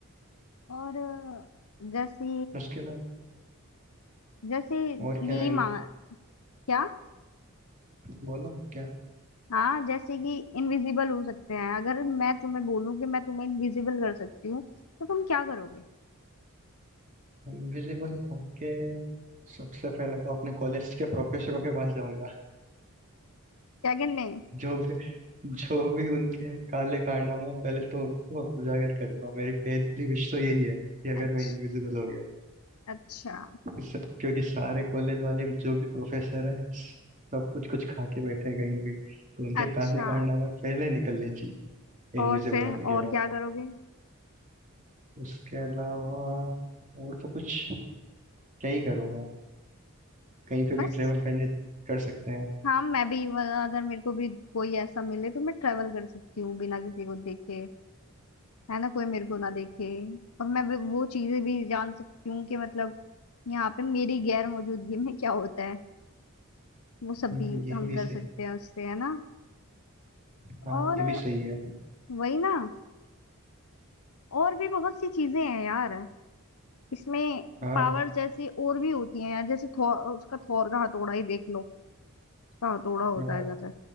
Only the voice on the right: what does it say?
उसके अलावा
और क्या है
बोलो क्या
इनविजिबल होके सबसे पहले तो अपने कॉलेज के प्रोफेसरों के पास जाऊंगा
जो भी जो भी उनके काले कारनामे हैं, पहले तो उनको उजागर करूंगा मेरी पहली विश तो यही है कि अगर
मैं इनविजिबल हो गया
तो सब- क्योंकि सारे कॉलेज वाले जो भी प्रोफेसर हैं सब कुछ कुछ खा के बैठे हैं कहीं ना कहीं तो उनके
काले कारनामे पहले निकलने चाहिए इनविजिबल
होने के
बाद
उसके अलावा और तो कुछ क्या ही करूंगा कहीं पे भी
ट्रेवल करने कर सकते हैं
हम्म,
ये
भी
सही
हाँ
ये भी सही है
हाँ
हाँ